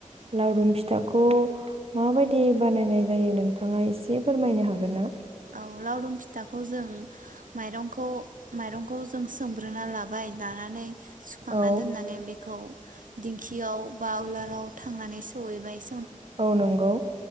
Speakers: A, on the right (about 45°); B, on the right (about 80°).
A: लारुम फिथाखौ माबायदि बानायनाय जायो नोंथाङा एसे फोरमायनो हागोन ना
B: औ लावदुम फिथाखौ जों माइरंखौ माइरंखौ जों सोमग्रोना लाबाय लानानै सुखांना
A: औ
B: दोननानै बेखौ दिंखियाव बा उलाराव थांनानै सहैबाय
A: औ नंगौ।